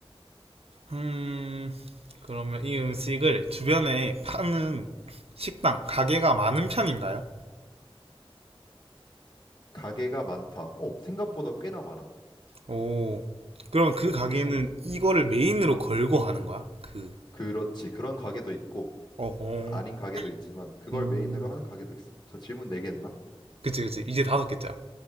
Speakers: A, on the right; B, on the left.
A: 음, 그러면 이 음식을 주변에 파는 식당, 가게가 많은 편인가요?
B: 가게가 많다. 어, 생각보다 꽤나 많아.
A: 오. 그럼
B: 어,
A: 그 가게는
B: 꽤나 많아.
A: 이거를 메인으로 걸고 하는 거야? 그,
B: 그렇지. 그런 가게도 있고,
A: 어, 어.
B: 아닌 가게도 있지만, 그걸
A: 음.
B: 메인으로 하는 가게도 있어. 저 질문 네개 했나?
A: 그치, 그치. 이제 다섯 개짜.